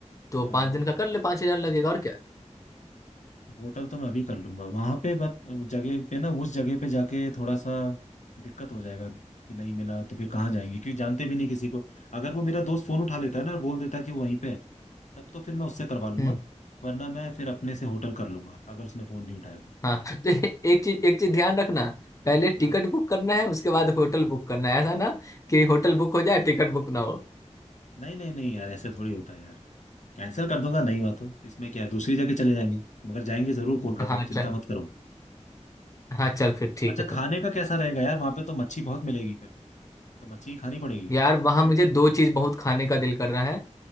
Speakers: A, on the left; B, on the left.
A: तो
B: हाँ,
A: पाँच दिन का कर ले पाँच हजार लगेगा और क्या
B: होटल तो मैं अभी कर लूंगा वहां पे बस जगह पे ना उस जगह पे जाके थोड़ा सा दिक्कत हो जाएगा कि नहीं मिला तो फिर कहाँ जाएंगे क्योंकि जानते भी नहीं किसी को अगर वो मेरा दोस्त फोन उठा लेता है ना और बोल देता है कि वो वहीं पे है तब तो फिर मैं उससे करवा लूंगा
A: हम्म
B: वरना मैं फिर अपने से होटल कर लूंगा अगर उसने फोन नहीं उठाया तो
A: हाँ <laughs> तो एक चीज एक चीज ध्यान रखना पहले टिकट
B: हाँ
A: बुक करना है उसके बाद होटल बुक करना है ऐसा ना कि होटल बुक हो जाए टिकट बुक ना हो
B: नहीं नहीं नहीं यार ऐसे थोड़ी होता है यार कैंसिल कर दूंगा नहीं हुआ तो इसमें क्या है दूसरी जगह चले जाएंगे मगर जाएंगे जरूर कोलकाता
A: हाँ
B: चिंता
A: चल
B: मत करो
A: हाँ चल फिर ठीक
B: अच्छा
A: है तो
B: खाने का कैसा रहेगा यार वहां पे तो मच्छी बहुत मिलेगी फिर तो मच्छी ही खानी पड़ेगी
A: यार वहाँ मुझे दो चीज बहुत खाने का दिल कर रहा है